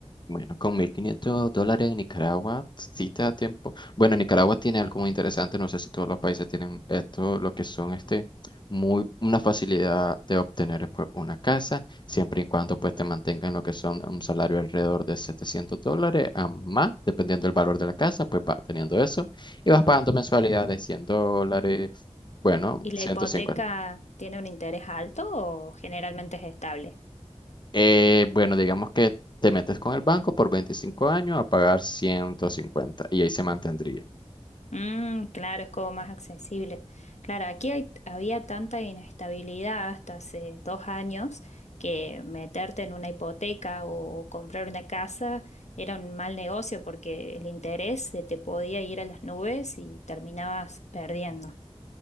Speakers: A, on the left; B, on the left.
A: Bueno, con 1.500 dólares en Nicaragua, sí te da tiempo. Bueno, Nicaragua tiene algo muy interesante, no sé si todos los países tienen esto, lo que son este, muy, una facilidad de obtener pues, una casa, siempre y cuando pues te mantengan lo que son un salario alrededor de 700 dólares a más, dependiendo del valor de la casa, pues vas teniendo eso y vas pagando mensualidades de 100 dólares, bueno,
B: ¿Y la
A: 150.
B: hipoteca tiene un interés alto o generalmente es estable?
A: Eh, bueno, digamos que te metes con el banco por 25 años a pagar 150 y ahí se mantendría.
B: Mm, claro, es como más accesible. Claro, aquí hay- había tanta inestabilidad hasta hace dos años que meterte en una hipoteca o comprar una casa era un mal negocio porque el interés se te podía ir a las nubes y terminabas perdiendo.